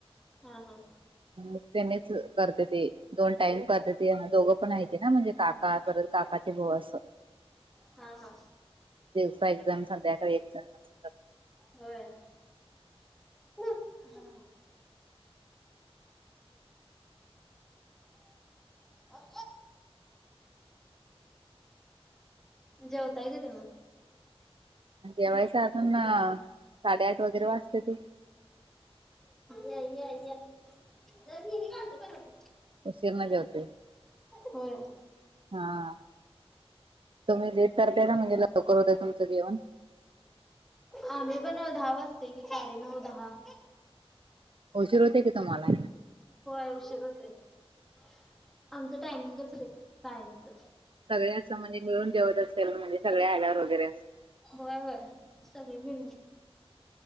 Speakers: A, in the centre; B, on the right (about 55°).
A: हा हा
B: त्यांनीच करते ते दोन टाम करते ते दोघं पण आहे ते ना म्हणजे काका पर काकाचे भाऊ असं
A: हा हा
B: दिवसा एक्झाम संध्याकाळी एक्झाम अस
A: होय ह अ जेवताय का ते मग
B: देवाळीच अजून साडेआठ वगेरे वाचते ती
A: या या ज निी नि घालतो का तो
B: उशीिर नाही जते
A: होय
B: हा तुम्ही लेट करताय ना म्हणजे लवकर होत तुमचं जेवण
A: आम्ही पण दहा वाजते कि साडेनऊ दहा
B: शीर होते का तुम्हाला
A: होय उशीर होत आहे आमचं टायमिंगच आहे गाळच
B: सगळ्या असं म्हणजे मिळून देवत असेल म्हणजे सगळे आल्यावर वगैरे अस
A: होय होय सगळे मिळ